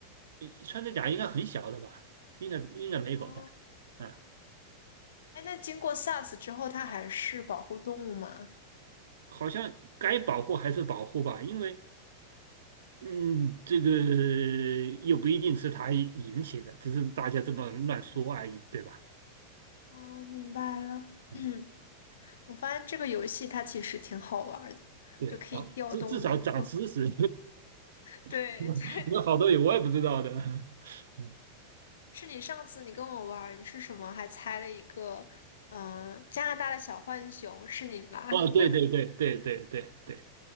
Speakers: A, on the right; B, on the left.
A: 你穿着甲应该很小的吧？应该应该没狗大，
B: 啊，
A: 嗯，
B: 哎，那经过 SARS 之后，它还是保护动物吗？
A: 好像该保护还是保护吧，因为嗯，这个又不一定是他引起的，只是大家这么乱说而已，对吧？
B: 哦，明白了。
A: 嗯，
B: 嗯，我发现这个游戏它其实挺好玩儿的，
A: 对，
B: 就可以调动你各。
A: 长至至少长知识，
B: <laughs>
A: <laughs>
B: 对对，
A: 有好多也我也不知道的。<laughs> 嗯，
B: 是你上次你跟我玩儿，你是什么？还猜了一个，嗯、加拿大的小浣熊，是你吧？
A: 哦，
B: <laughs>
A: 对对对对对对对